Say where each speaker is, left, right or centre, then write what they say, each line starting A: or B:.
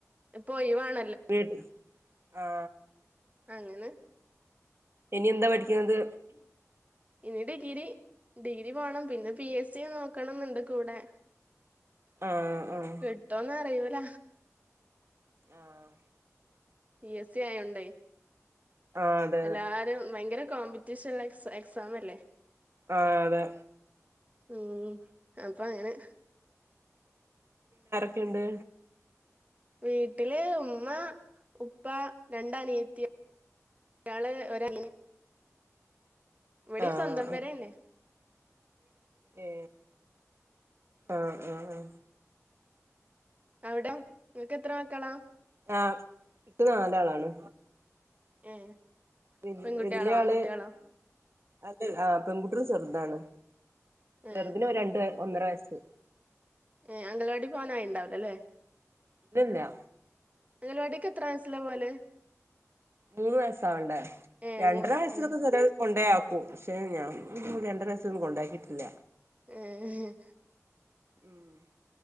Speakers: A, on the right; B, on the right.
A: പോയി വണ <unintelligible>
B: വീട്ട ആ
A: അങ്ങനെ
B: ഇനി എന്താ പഠിക്കുന്നത്
A: ഇനി ഡിഗ്രി ഡിഗ്രി പോണം പിന്നെ പി എസ് സി നോക്കണം എന്നുണ്ട് കൂടെ
B: ആഹ് ആഹ്
A: കിട്ടോന്ന് അറിയൂല
B: ആഹ്
A: പി എസ് സി ആയൊണ്ടേ
B: ആഹ് അതെ
A: എല്ലാരും ഭയങ്കര കോമ്പറ്റീഷണൽ എക്സ് എക്സാം അല്ലേ
B: ആ അതെ
A: ഉം അപ്പൊ അങ്ങനെ
B: ക്കെയുണ്ട്
A: വീട്ടില് ഉമ്മ ഉപ്പ രണ്ട് അനിയത്തിയ അയാള് ഒരാ ഇവിടെയും
B: ആഹ്
A: സ്വന്തം വരന്നെ
B: ഏ ആ ആ ആ
A: അവിടെ നിങ്ങൾക്ക് എത്ര മക്കളാ
B: ആ ഇപ്പ നാലാളാണ്
A: ഏ
B: വ
A: പെൺകുട്ടികളോ
B: വല്യ
A: ആൺകുട്ടികളോ
B: ആള് അത് ആ പെൺകുട്ടികൾ ചെറുതാണ്
A: ഏ
B: ചെറുതിന് ഒരു രണ്ട് ഒന്നര വയസ്സ്
A: ഏ അംഗൽവാടി പോവാനായിണ്ടാവിലല്ലേ
B: ഇല്ലില്ല
A: അങ്ങനവാടിക്ക് എത്ര വയസ്സിലാ പോവാലെ
B: മൂന്ന് വയസ്സ ആവണ്ടേ
A: ഏ
B: രണ്ടര
A: മൂന്ന്
B: വയസ്സൊക്കെ
A: ഏ
B: ച കൊണ്ടോയാക്കും പക്ഷെ ഞാൻ രണ്ടര വയസില്ലോന്നും കൊണ്ടാക്കിയിട്ടില്ല
A: <unintelligible>
B: ഉം